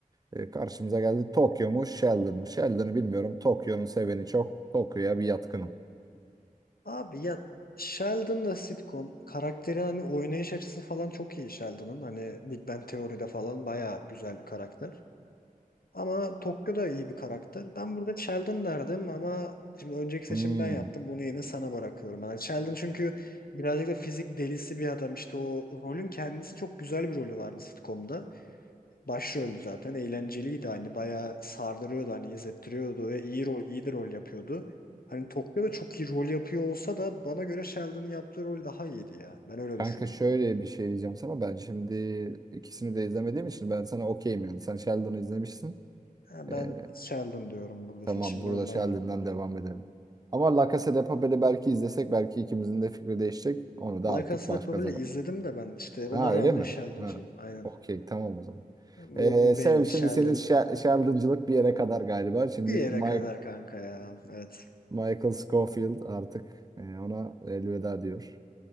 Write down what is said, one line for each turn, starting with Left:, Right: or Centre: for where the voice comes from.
Right: Ee, karşımıza geldi Tokyo mu Sheldon mu? Sheldon'ı bilmiyorum. Tokyo'nun seveni çok. Tokyo'ya bir yatkınım.
Left: Abi ya Sheldon da sitcom karakteri hani oynayış açısı falan çok iyi Sheldon'ın. Hani Big Bang Teori'de falan bayağı güzel bir karakter. Ama Tokyo da iyi bir karakter. Ben burada Sheldon derdim ama şimdi önceki seçimi
Right: Hmm.
Left: ben yaptım. Bunu yine sana bırakıyorum. Yani Sheldon çünkü birazcık da fizik delisi bir adam. İşte o rolün kendisi çok güzel bir rolü vardı sitcom'da. Başroldü zaten. Eğlenceliydi hani bayağı sardırıyordu hani izlettiriyordu ve iyi rol, iyi de rol yapıyordu. Hani Tokyo'da çok iyi rol yapıyor olsa da bana göre Sheldon'ın yaptığı rol daha iyiydi ya. Ben öyle
Right: Kanka
Left: düşünüyorum.
Right: şöyle bir şey diyeceğim sana. Ben şimdi ikisini de izlemediğim için ben sana okeyim yani. Sen Sheldon'ı izlemişsin.
Left: Ha,
Right: Ee,
Left: Ben Sheldon diyorum burada
Right: tamam
Left: seçimi.
Right: burada
Left: Ondan
Right: Sheldon'dan
Left: yana kullanıyorum.
Right: devam edelim. Ama La Casa de Papel'i belki izlesek belki ikimizin de fikri değişecek. Onu da artık
Left: La Casa
Right: başka
Left: de Papel'i
Right: zaman.
Left: izledim de ben işte
Right: Ha
Left: ona
Right: öyle
Left: rağmen
Right: mi?
Left: Sheldon'cıyım.
Right: Ha.
Left: Aynen.
Right: Okey tamam o zaman.
Left: Bu,
Right: Ee,
Left: bu
Right: Sam
Left: belli.
Right: şimdi
Left: Sheldon
Right: senin şa- şarlıncılık bir yere kadar galiba. Şimdi
Left: bir yere
Right: Mike,
Left: kadar kanka ya. Evet.
Right: Michael Scofield artık e, ona elveda diyor.